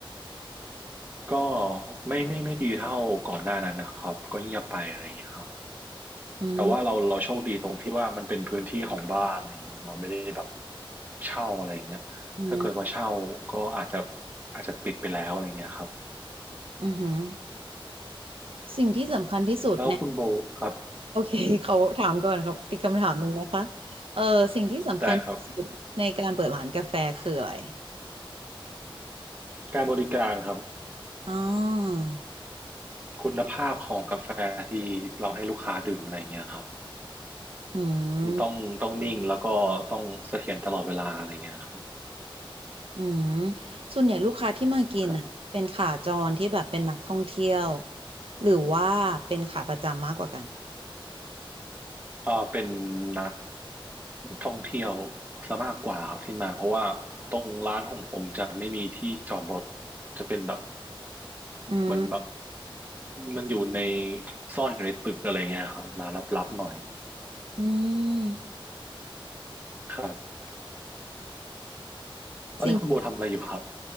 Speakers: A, on the right (about 20°); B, on the right (about 85°).
A: ก็ไม่ไม่ไม่ดีเท่าก่อนหน้านั้นนะครับก็เงียบไปอะไรอย่างเงี้ยครับ
B: อืม
A: แต่ว่าเราเราโชคดีตรงที่ว่ามันเป็นพื้นที่ของบ้านอะไรอย่างเงี้ยเราไม่ได้แบบเช่าอะไรอย่างเงี้ยถ้าเกิดว่าเช่าก็อาจจะ
B: อืม
A: อาจจะปิดไปแล้วอะไรอย่างเงี้ยครับ
B: อือหือสิ่งที่สำคัญที่สุดใน
A: แล้วคุณโบครับ
B: โอเค <laughs> เขาถามก่อนครับอีกคำถามหนึ่งนะคะเออสิ่งที่สำคัญที่สุดในการเปิดร้านกาแฟคืออะไร
A: ได้ครับการบริการครับ
B: อ๋อ
A: คุณภาพของกาแฟที่เราให้ลูกค้าดื่มอะไรอย่างเงี้ยครับ
B: อืม
A: มันต้องต้องนิ่งแล้วก็ต้องเสถียรตลอดเวลาอะไรเงี้ยครับ
B: อืมส่วนใหญ่ลูกค้าที่มากินอ่ะเป็นขาจรที่แบบเป็นนักท่องเที่ยว
A: ครับ
B: หรือว่าเป็นขาประจำมากกว่ากัน
A: อ่าเป็นนักท่องเที่ยวซะมากกว่าครับที่มาเพราะว่าตรงร้านของผมจะไม่มีที่จอดรถจะเป็นแบบ
B: อืม
A: เหมือนแบบมันอยู่ในซ่อนอยู่ในตึกอะไรเงี้ยครับร้านลับๆหน่อย
B: อืม
A: ครับตอนนี้คุณโบทำอะไรอยู่ครับ
B: สิ่ง